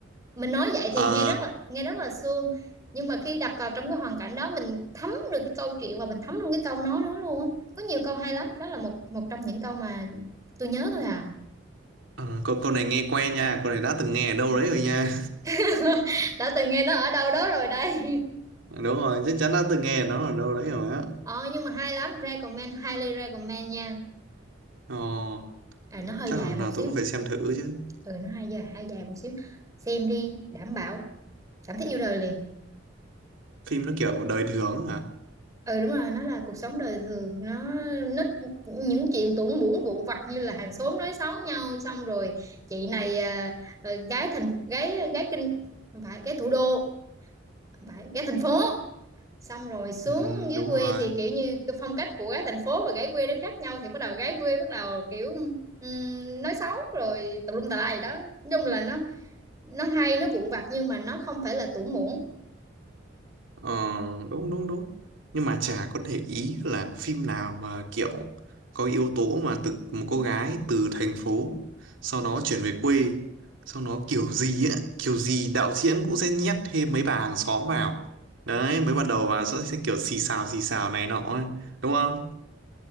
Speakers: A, on the right; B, on the right.
A: mình nói vậy
B: à,
A: thì nghe rất là nghe rất là suông nhưng mà khi đặt vào trong cái hoàn cảnh đó mình thấm được cái câu chuyện và mình thấm luôn cái câu nói đó luôn á có nhiều câu hay lắm đó là một một trong những câu mà tôi nhớ thôi à
B: à, câu, câu này nghe quen nha câu này đã từng nghe ở đâu đấy rồi nha
A: <laughs> đã từng nghe nó ở đâu đó rồi đây
B: <laughs> đúng rồi chắc chắn đã từng nghe nó ở đâu đấy rồi á
A: <laughs> ờ nhưng mà hay lắm recommend highly recommend nha
B: ồ
A: à, nó hơi
B: chắc
A: dài
B: là hôm
A: một
B: nào
A: xíu
B: tôi cũng phải xem thử chứ
A: ừ nó hơi dài hơi dài một xíu xem đi đảm bảo cảm thấy yêu đời liền
B: phim nó kiểu đời thường hả
A: ừ đúng rồi nó là cuộc sống đời thường nó nó những chuyện tủng bủn vụn vặt như là hàng xóm nói xấu nhau xong rồi chị này à, à, gái thành gái gái kinh không phải gái thủ đô không phải gái thành phố xong rồi xuống
B: ừ
A: dưới
B: đúng
A: quê
B: rồi
A: thì kiểu như cái phong cách của gái thành phố và gái quê nó khác nhau thì bắt đầu gái quê bắt đầu kiểu ừm, nói xấu rồi tùm lum tà lai gì đó nói chung là nó nó hay nó vụn vặt nhưng mà nó không phải là tủng bủn
B: Ờ, đúng đúng đúng nhưng mà chả có để ý là phim nào mà kiểu có yếu tố mà từ một cô gái từ thành phố sau đó chuyển về quê sau đó kiểu gì á kiểu gì đạo diễn cũng sẽ nhét thêm mấy bà hàng xóm vào đấy mới ban đầu vào sẽ, sẽ kiểu xì xào xì xào này nọ ấy. đúng không